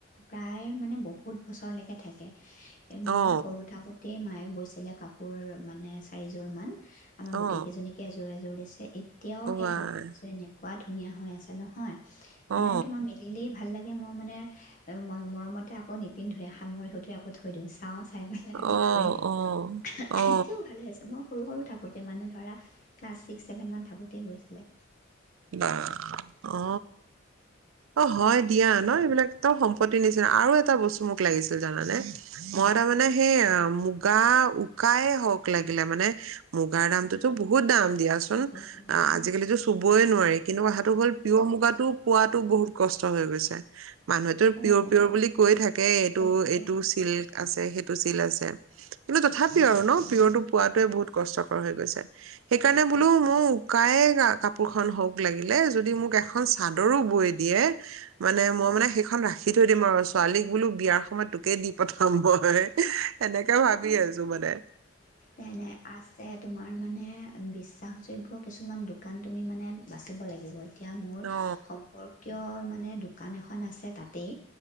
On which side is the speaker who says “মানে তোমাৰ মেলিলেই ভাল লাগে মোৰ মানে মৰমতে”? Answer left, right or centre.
Left